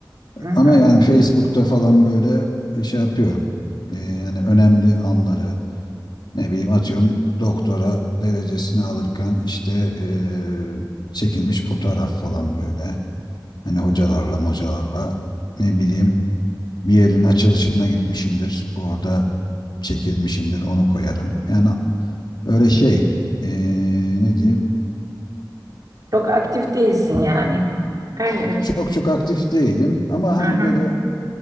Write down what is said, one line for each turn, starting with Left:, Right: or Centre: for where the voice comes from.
Right: hı hı.
Left: Ama yani Facebook'ta falan böyle şey yapıyorum. E, yani önemli anları ne bileyim atıyorum doktora derecesini alırken işte eee, çekilmiş fotoğraf falan böyle. Hani hocalarla hocalarla ne bileyim bir yerin açılışına gitmişimdir. Orada çekilmişimdir onu koyarım. Yani öyle şey eee, ne diyeyim
Right: Çok aktif değilsin yani. Öyle mi?
Left: Çok çok aktif değilim ama
Right: Hı
Left: hani
Right: hı.
Left: böyle